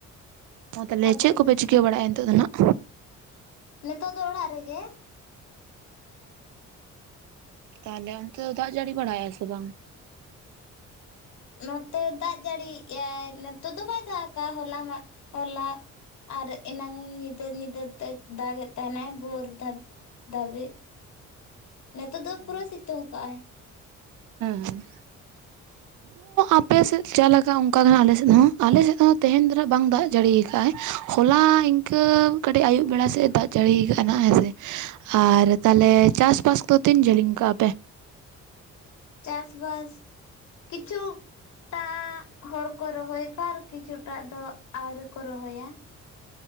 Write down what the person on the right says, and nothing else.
ᱦᱚᱸ ᱛᱟᱦᱚᱞᱮ
ᱪᱮᱫ ᱠᱚᱯᱮ
ᱪᱤᱠᱟᱹ ᱵᱟᱲᱟ ᱭᱮᱜᱼᱟ ᱱᱤᱛᱚᱜ ᱫᱚ ᱱᱟᱦᱟᱜ?
ᱛᱟᱦᱚᱞᱮ ᱚᱱᱛᱮ ᱫᱚ ᱫᱟᱜ ᱡᱟᱹᱲᱤ ᱵᱟᱲᱟᱭᱮ ᱟ ᱥᱮ ᱵᱟᱝ? <inaudible>
ᱦᱮᱸ ᱦᱮᱸ᱾ ᱟᱯᱮᱥᱮᱫ ᱪᱮᱜ ᱞᱮᱠᱟ ᱚᱱᱠᱟ ᱜᱮ ᱱᱦᱟᱜ ᱟᱞᱮᱥᱮᱫ ᱦᱚᱸ ᱟᱞᱮᱥᱮᱫ ᱦᱚᱸ ᱛᱮᱦᱮᱧ ᱫᱚ ᱱᱟᱦᱜ ᱵᱟᱝ ᱫᱟᱜ ᱡᱟᱹᱲᱤ ᱟᱠᱟᱫᱟᱭ ᱦᱚᱞᱟ ᱤᱝ ᱠᱟᱹ ᱠᱟᱹᱴᱤᱡ ᱟᱹᱭᱩᱵ ᱵᱮᱲᱟ ᱥᱮᱫ ᱮ ᱫᱟᱜ ᱡᱟᱹᱲᱤ ᱟᱠᱟᱼᱟ ᱱᱟᱜ ᱦᱮᱸ ᱥᱮ᱾ ᱟᱨ ᱛᱟᱞᱮ ᱪᱟᱥᱵᱟᱥ ᱫᱚ ᱛᱤᱱ ᱡᱷᱟᱹᱞᱤᱧ ᱠᱟᱜᱼᱟ ᱯᱮ?